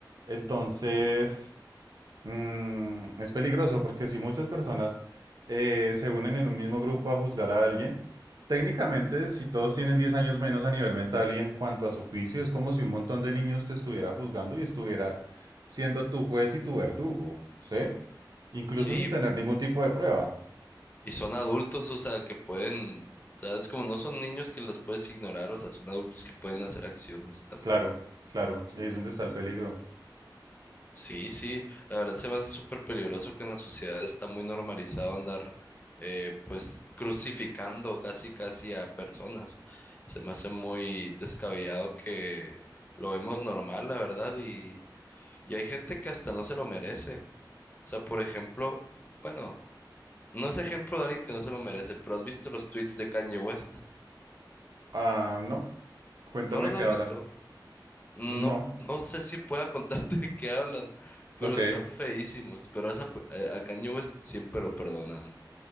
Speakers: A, on the right; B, on the left.
A: Entonces, Mm, es peligroso porque si muchas personas eh, se unen en un mismo grupo a juzgar a alguien, técnicamente si todos tienen 10 años menos a nivel mental y en cuanto a su juicio, es como si un montón de niños te estuviera juzgando y estuviera siendo tu juez y tu verdugo, ¿sí? Incluso
B: Sí,
A: sin tener ningún tipo de prueba.
B: y son adultos, o sea, que pueden, sabes, como no son niños que los puedes ignorar, o sea, son adultos que pueden hacer acciones también.
A: Claro, claro,
B: S-
A: y ahí es donde está el peligro.
B: Sí, sí, la verdad se me hace súper peligroso que en la sociedad está muy normalizado andar, eh, pues, crucificando casi, casi a personas. Se me hace muy descabellado que lo vemos normal, la verdad, y Y hay gente que hasta no se lo merece. O sea, por ejemplo, bueno, no es ejemplo de alguien que no se lo merece, pero ¿has visto los tweets de Kanye West?
A: Ah, no, cuéntame
B: ¿No los
A: qué
B: has
A: habla.
B: visto? No,
A: No,
B: no sé si pueda contarte <laughs> de qué hablan, pero
A: ok,
B: están feísimos. Pero a, esa pe- a a Kanye West siempre lo perdonan.